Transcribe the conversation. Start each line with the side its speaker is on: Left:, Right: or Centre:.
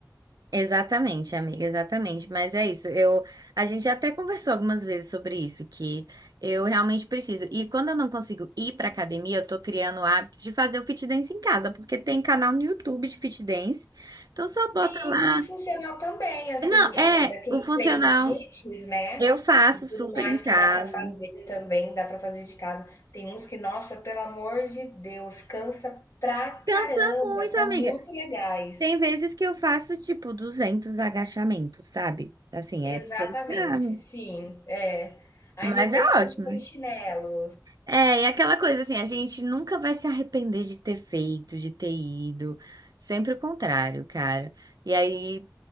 Right: Exatamente, amiga, exatamente. Mas é isso. Eu, a gente até conversou algumas vezes sobre isso, que eu realmente preciso. E quando eu não consigo ir pra academia, eu tô criando o hábito de fazer o fit dance em casa, porque tem canal no YouTube de fit dance. Então só
Left: Sim,
Right: bota lá.
Left: de funcional também, assim,
Right: Não,
Left: eh,
Right: é,
Left: daqueles
Right: o funcional
Left: treinos hits, né,
Right: eu faço
Left: e tudo
Right: super
Left: mais
Right: em casa.
Left: que dá para fazer também, dá para fazer de casa. Tem uns que, nossa, pelo amor de Deus, cansa pra caramba,
Right: Cansa muito,
Left: são
Right: amiga.
Left: muito legais.
Right: Tem vezes que eu faço tipo 200 agachamentos, sabe? Assim,
Left: Exatamente,
Right: é pesado,
Left: sim, é. Aí
Right: mas
Left: não sei
Right: é
Left: quantos
Right: ótimo,
Left: polichinelos.
Right: né? É, e aquela coisa assim, a gente nunca vai se arrepender de ter feito, de ter ido. Sempre o contrário, cara. E aí